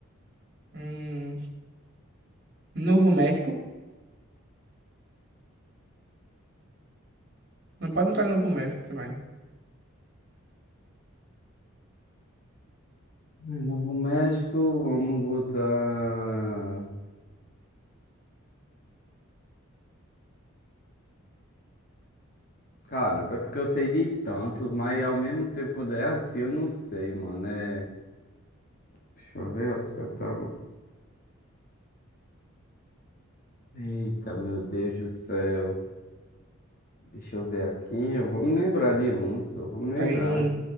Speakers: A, on the right (about 45°); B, on the left (about 40°).
A: Hum, Novo México. Não pode botar Novo México também.
B: Ai, Novo México, vamos botar. Caramba, é porque eu sei de tantos, mas ao mesmo tempo, quando é assim, eu não sei, mano. É... Deixa eu ver, outra, tá, Eita, meu Deus do céu. Deixa eu ver aqui. Eu vou me lembrar de um, só vou me lembrar.
A: Tem um.